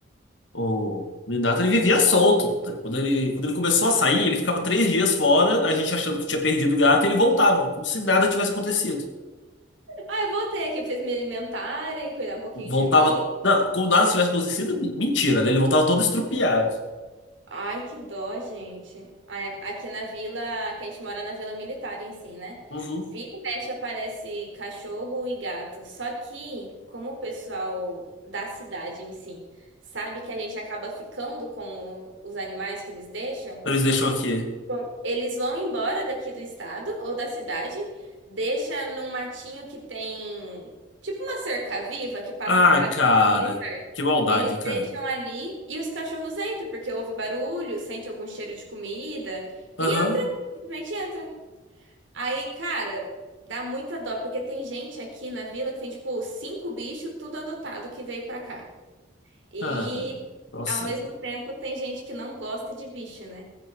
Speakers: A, on the left; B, on the right.
A: o Minato ele vivia solto. tá? Quando ele, quando ele começou a sair, ele ficava três dias fora, a gente achando que tinha perdido o gato, e ele voltava, como se nada tivesse acontecido.
B: Ah, eu voltei aqui pra vocês me alimentarem, cuidar um pouquinho
A: Voltava,
B: de mim.
A: não, como nada tivesse acontecido, mentira, né? Ele voltava todo estrupiado.
B: Ai, que dó, gente. A- Aqui na vila, que a gente mora na vila militar em si, né?
A: Uhum.
B: Vira e mexe aparece cachorro e gato. Só que, como o pessoal da cidade em si sabe que a gente acaba ficando com os animais que eles deixam,
A: Eles deixam aqui.
B: Bom, Eles vão embora daqui do estado ou da cidade, deixa num matinho que tem tipo uma cerca-viva que passa
A: Ah,
B: aqui para
A: cara,
B: militar.
A: que maldade,
B: Eles
A: cara.
B: deixam ali e os cachorros entram, porque ouve barulho, sente algum cheiro de comida
A: Aham.
B: e entra, simplesmente entra. Aí, cara, dá muita dó, porque tem gente aqui na vila que tem tipo cinco bichos, tudo adotado que veio pra cá. E
A: Cara, nossa.
B: ao mesmo tempo tem gente que não gosta de bicho, né?